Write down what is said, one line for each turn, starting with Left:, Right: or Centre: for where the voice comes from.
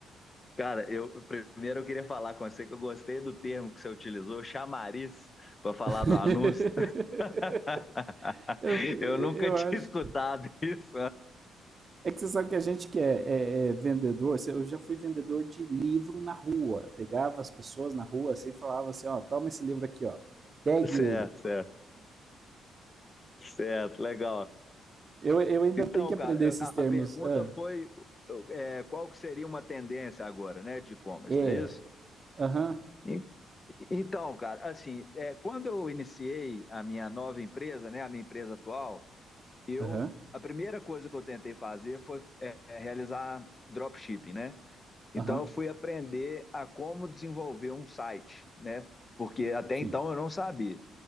Left: Cara, eu primeiro eu queria falar com você que eu gostei do termo que você utilizou, chamariz, para falar
Right: <laughs>
Left: do anúncio. <laughs>
Right: eu, eu
Left: Eu nunca tinha
Right: acho
Left: <laughs> escutado isso.
Right: É que você sabe que a gente que é, é- é vendedor, eu já fui vendedor de livro na rua. Pegava as pessoas na rua assim e falava assim, ó, toma esse livro aqui, ó. Pegue
Left: Certo,
Right: ele.
Left: certo, certo, legal.
Right: Eu, eu ainda
Left: Então,
Right: tenho que aprender
Left: cara, eu-
Right: esses
Left: a,
Right: termos.
Left: a pergunta
Right: Ah,
Left: foi eu- é, qual que seria uma tendência agora, né, de e-commerce,
Right: é,
Left: não é isso?
Right: aham,
Left: En- Então, cara, assim, é, quando eu iniciei a minha nova empresa, né, a minha empresa atual, eu
Right: aham,
Left: a primeira coisa que eu tentei fazer foi é, é, realizar dropshipping, né? Então
Right: aham,
Left: eu fui aprender a como desenvolver um site, né? Porque até
Right: sim,
Left: então eu não sabia.